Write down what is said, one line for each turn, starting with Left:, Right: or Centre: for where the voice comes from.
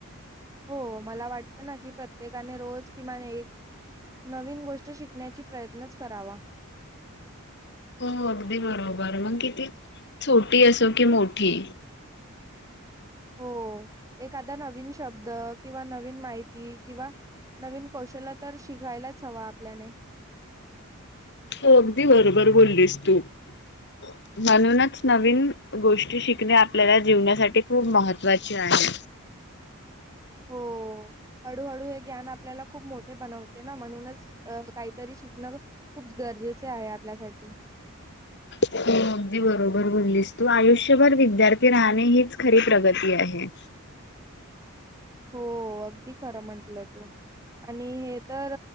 Right: हो मला वाटते ना की प्रत्येकाने रोज किमान एक नवीन गोष्ट शिकण्याची प्रयत्नच करावा
Left: हो अगदी बरोबर मग किती छोटी असो की मोठी
Right: हो एखादा नवीन शब्द किंवा नवीन माहिती किंवा नवीन कौशल्य तर, शिकायलाच हवं आपल्याले
Left: हो अगदी बरोबर बोललीस तू म्हणूनच नवीन गोष्टी शिकणे आपल्याला जीवनासाठी खूप महत्त्वाचे आहे.
Right: हो हळूहळू हे ज्ञान आपल्याला खूप मोठे बनवते ना म्हणूनच अ काहीतरी शिकण खूप गरजेचे आहे आपल्यासाठी.
Left: हो अगदी बरोबर बोललीस तू आयुष्यभर विद्यार्थी राहणे हीच खरी प्रगती आहे.
Right: हो अगदी खरं म्हंटलं तू. आणि हे तर